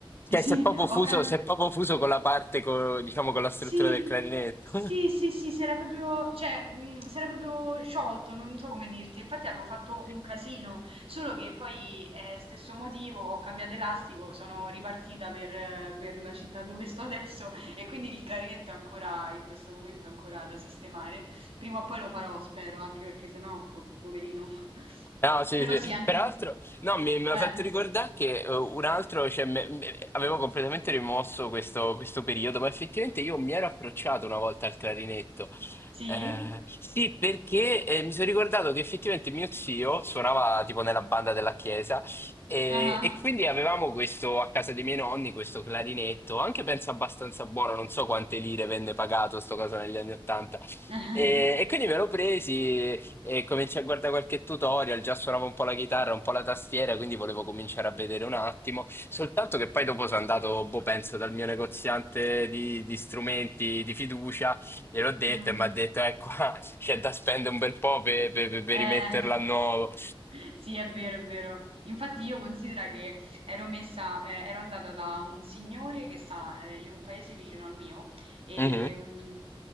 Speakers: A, on the right; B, on the left.
A: <laughs>
B: Cioè,
A: Sì,
B: si è proprio fuso,
A: ho cambiato.
B: si è proprio fuso con la parte, co- diciamo, con la struttura
A: Sì,
B: del clarinetto.
A: sì, sì, sì, si era proprio, cioè, mh, si era proprio sciolto, non so come dirti. Infatti avevo fatto un
B: <laughs>
A: casino, solo che poi, eh, stesso motivo, ho cambiato elastico, sono ripartita per, eh, per la città dove sto adesso e quindi il clarinetto è ancora, in questo momento, ancora da sistemare. Prima o poi lo farò, spero, anche perché sennò, po- poverino. <laughs>
B: No, sì,
A: Però
B: sì.
A: sì, anche...
B: Peraltro, no, mi, mi
A: eh,
B: ha fatto
A: di-
B: ricordare che eh, un altro, cioè, me- me- avevo completamente rimosso questo, questo periodo, ma effettivamente io mi ero approcciato una volta al clarinetto.
A: sì?
B: Eh, sì, perché eh, mi sono ricordato che effettivamente mio zio suonava tipo nella banda della chiesa e,
A: Ah ah.
B: e quindi avevamo questo a casa dei miei nonni, questo clarinetto, anche penso abbastanza buono, non so quante lire venne pagato sto caso negli anni Ottanta.
A: <laughs>
B: E, e quindi me lo presi. E cominciai a guardare qualche tutorial, già suonavo un po' la chitarra, un po' la tastiera, quindi volevo cominciare a vedere un attimo. Soltanto che poi dopo sono andato, boh, penso, dal mio negoziante di, di strumenti di fiducia, gliel'ho detto
A: Mm.
B: e mi ha detto, eh, qua <laughs> c'è da spendere un bel po' per, per- per- per
A: Eh,
B: rimetterla a nuovo.
A: <laughs> sì, è vero, è vero. Infatti io considero che ero messa, eh, ero andata da un signore che sta, eh, in un paese vicino al mio e,
B: Mhm,
A: mm,